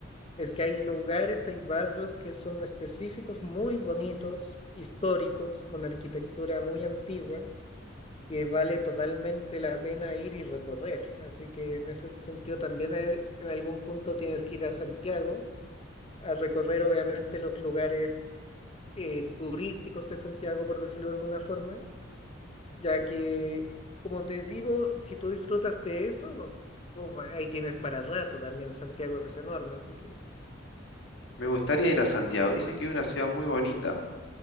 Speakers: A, on the left; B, on the left.
A: Es que hay lugares, hay barrios que son específicos, muy bonitos, históricos, con arquitectura muy antigua, que vale totalmente la pena ir y recorrer. Así que en ese sentido también eh, en algún punto tienes que ir a Santiago a recorrer obviamente los lugares eh, turísticos de Santiago, por decirlo de alguna forma, ya que, como te digo, si tú disfrutas de eso, uf, ahí tienes para rato también, Santiago es enorme, así que
B: Me gustaría ir a Santiago. Dicen que es una ciudad muy bonita